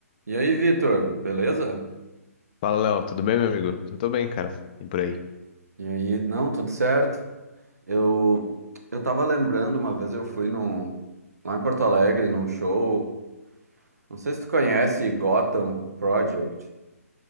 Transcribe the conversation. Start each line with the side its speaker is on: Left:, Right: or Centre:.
Right: E aí, Vitor, beleza?
Left: Fala, Léo, tudo bem, meu amigo? Eu tô bem, cara. E por aí?
Right: E aí, não, tudo certo. Eu eu tava lembrando, uma vez eu fui num, lá em Porto Alegre, num show. Não sei se tu conhece Gotham Project.